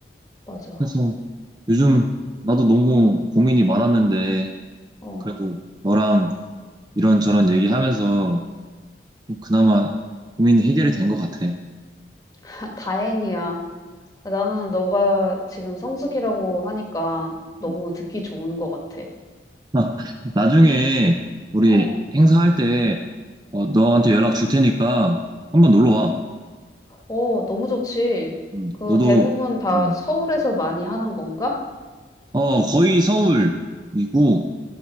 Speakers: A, on the left (about 20°); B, on the right (about 20°).
A: 맞아.
B: 그래서 요즘 나도 너무 고민이 많았는데
A: 어.
B: 그래도 너랑 이런저런 얘기하면서 그나마 고민이 해결이 된 것 같아요.
A: 다 다행이야. 나는 너가 지금 성수기라고 하니까 너무
B: <laughs>
A: 듣기 좋은 것 같아.
B: 아, 나중에 우리
A: 어.
B: 행사할 때 어, 너한테 연락 줄 테니까 한번 놀러 와.
A: 어 너무 좋지.
B: 음,
A: 그
B: 너도
A: 대부분 다
B: 음,
A: 서울에서 많이 하는 건가?
B: 어, 거의 서울이고